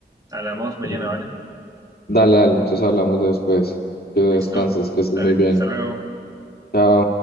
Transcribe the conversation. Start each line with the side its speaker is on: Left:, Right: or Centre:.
Right: Hablamos mañana,
Left: sí.
Right: ¿vale?
Left: Dale, dale, entonces hablamos después. Que descanses,
Right: Listo.
Left: que estés
Right: Dale,
Left: muy bien.
Right: hasta luego.
Left: Chao.